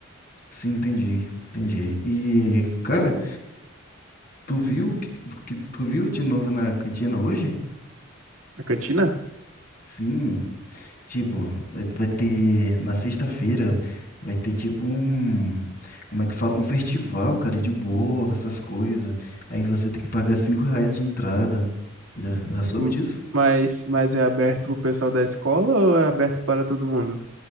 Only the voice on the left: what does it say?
Sim, entendi, entendi. E, cara, tu viu que, que tu viu de novo na cantina hoje?
Sim. Tipo, vai vai ter na sexta-feira vai ter tipo um, como é que fala? Um festival, cara, de bolo, essas coisas. Aí você tem que pagar cinco reais de entrada. Já, já soube
disso?